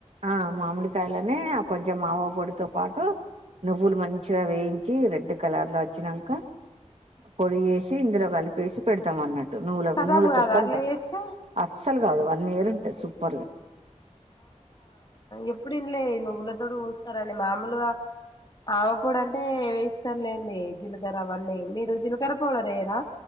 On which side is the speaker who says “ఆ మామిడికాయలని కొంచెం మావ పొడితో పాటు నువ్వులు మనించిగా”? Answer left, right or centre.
Right